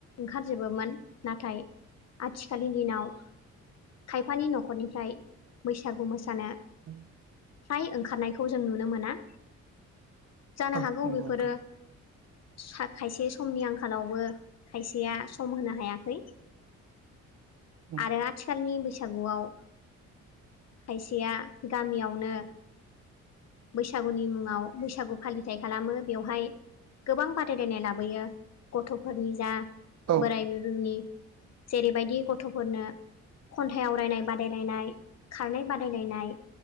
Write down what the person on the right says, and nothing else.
उम <inaudible>
औ
नंगौ
नोंथां
उम
औ